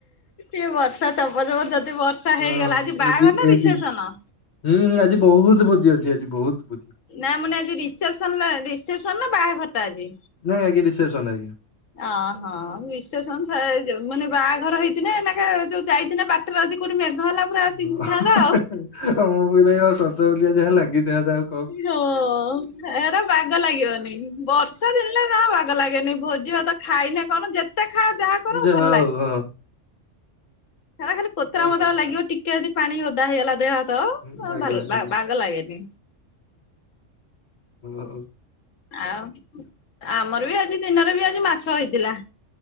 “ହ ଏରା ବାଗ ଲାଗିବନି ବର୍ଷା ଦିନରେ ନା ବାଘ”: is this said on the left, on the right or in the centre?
Left